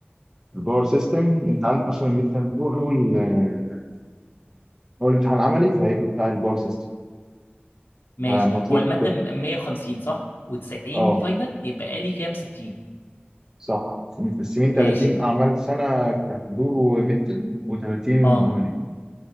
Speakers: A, on the right; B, on the left.
A: الباور سيستم انت عندك اصلا الميد تيرم هو اول آه، اول امتحان عملي فهيبقى بتاع الباور سيستم
B: ماشي
A: آه، مطلوب
B: هو المادة م- 150 صح و90
A: اه
B: فاينل يبقى لي كام 60
A: صح متقسمين
B: ماشي
A: 30 اعمال سنه كحضور وميد تيرم و30
B: اه
A: عملي